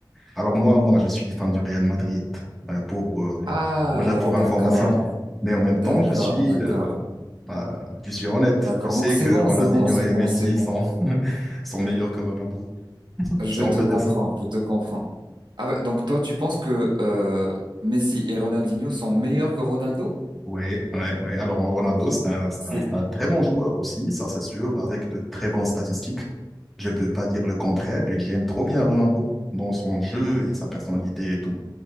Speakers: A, in the centre; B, on the right.
A: Alors moi, moi, je suis fan du Real Madrid euh, pour, euh,
B: ah,
A: pour la- pour
B: d'accord,
A: information. Mais en même
B: d'accord,
A: temps, je suis,
B: d'accord,
A: euh, bah, je suis honnête.
B: d'accord.
A: Je sais
B: Donc c'est
A: que
B: bon,
A: Ronaldinho
B: c'est bon, c'est
A: et
B: bon,
A: Messi
B: c'est bon.
A: sont, <laughs> sont meilleurs que Ronaldo,
B: Je
A: si
B: te
A: on peut
B: comprends,
A: dire ça.
B: je te comprends. Ah ouais, donc toi, tu penses que euh, Messi et Ronaldinho sont meilleurs que Ronaldo?
A: Oui, ouais, ouais. Alors Ronaldo, c'est un, c'est
B: C'est
A: un- c'est un très bon joueur aussi, ça c'est sûr, avec de très bonnes statistiques. Je peux pas dire le contraire et j'aime trop bien Ronaldo dans son jeu et sa personnalité et tout.